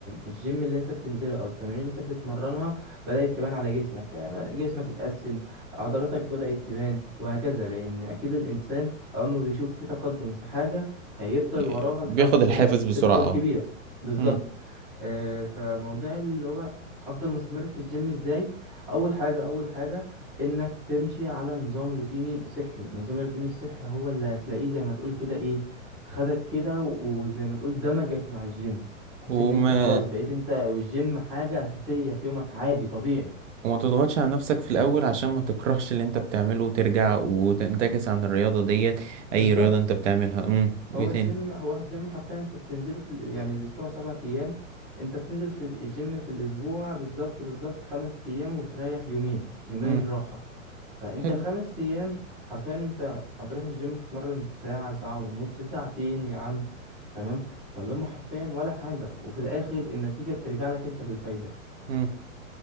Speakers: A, in the centre; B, on the right.
A: الجيم اللي انت بتنزله او التمارين اللي انت بتتمرنها بدأت تبان على جسمك آه، جسمك اتقسم عضلاتك بدأت تبان وهكذا لان اكيد الانسان أما بيشوف في تقدم في حاجة هيفضل
B: يعني
A: وراها
B: بياخد
A: لحد
B: الحافز
A: ما
B: بسرعة
A: تفضل
B: اه
A: كبيرة بالظبط
B: امم
A: آه، فموضوع اللي هو أفضل مستمر في الجيم إزاي أول حاجة أول حاجة إنك تمشي على نظام روتيني صحي النظام الروتيني الصحي هو اللي هتلاقيه زي ما تقول كده إيه خدك كده و- وزي ما تقول دمجك مع الجيم بحيث
B: وما
A: إن أنت خلاص بقيت أنت والجيم حاجة أساسية في يومك عادي طبيعي
B: وما تضغطش على نفسك في الأول عشان ما تكرهش اللي انت بتعمله وترجع وتنتكس عن الرياضة ديت أي
A: بالظبط
B: رياضة انت بتعملها امم وإيه
A: هو
B: تاني
A: الجيم هو الجيم حرفيا انت بتنزله في ال- يعني الاسبوع سبعة ايام انت بتنزل في الجيم في الاسبوع بالظبط بالظبط خمس ايام وبتريح يومين يومين
B: امم
A: راحة فانت
B: حلو
A: الخمس ايام حرفيا انت هتروح الجيم تتمرن ساعة ساعة ونص ساعتين يا عم تمام فاللهم حرفيا ولا حاجة وفي الاخر النتيجة بترجع لك انت بالفايدة
B: امم